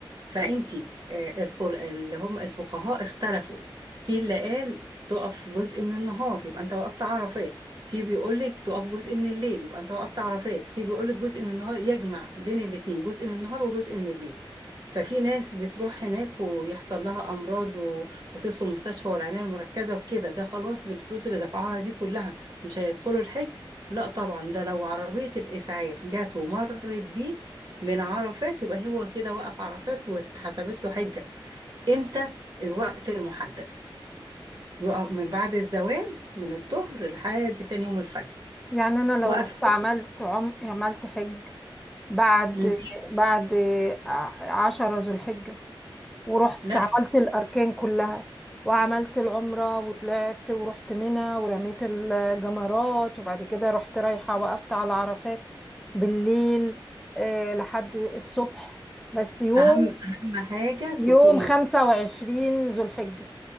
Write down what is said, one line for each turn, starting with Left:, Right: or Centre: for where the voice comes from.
Right: فانتي آه، الفر- اللي هم الفقهاء اختلفوا في اللي قال تقف جزء من النهار يبقى انت وقفت عرفات في بيقول لك تقف جزء من الليل يبقى انت وقفت عرفات في بيقول لك جزء من النهار يجمع بين الاثنين جزء من النهار وجزء من الليل ففي ناس بتروح هناك ويحصل لها امراض و... وتدخل مستشفى والعنايه المركزه وكده ده خلاص بالفلوس اللي دفعوها دي كلها مش هيدخلوا الحج لا طبعا ده لو عربيه الاسعاف جت ومرت بيه من عرفات يبقى هو كده وقف عرفات واتحسبت له حجة امتى الوقت المحدد يقف من بعد الزوال من الظهر لحد تاني يوم الفجر
Centre: يعني انا
Right: وقف
Centre: لو رحت عملت عم عملت حج بعد
Right: مم.
Centre: بعد ع- عشرة ذو الحجة ورحت
Right: لا
Centre: عملت الاركان كلها وعملت العمرة وطلعت ورحت منى ورميت الجمرات وبعد كده رحت رايحة وقفت على عرفات بالليل آه، لحد الصبح بس يوم
Right: اهم اهم حاجة
Centre: يوم
Right: تكون يو-
Centre: خمسة وعشرين ذو الحجة